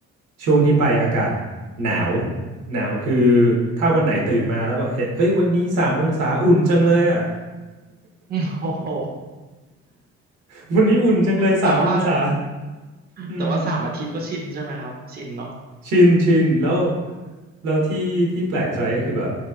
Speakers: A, on the right; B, on the right.
A: ช่วงที่ไปอากาศหนาวหนาวคือถ้าวันไหนตื่นมาแล้วแบบเห็นเอ้ยวันนี้สามองศาอุ่นจังเลยอ่ะ
B: <laughs> โอ้โห
A: <laughs> วันนี้อุ่นจังเลยสามองศา
B: แต่ว่า
A: อืม
B: แต่ว่าสามอาทิตย์ก็ชินใช่ไหมครับ ชินเนาะ
A: ชินชินแล้วแล้วที่ที่แปลกใจก็คือแบบ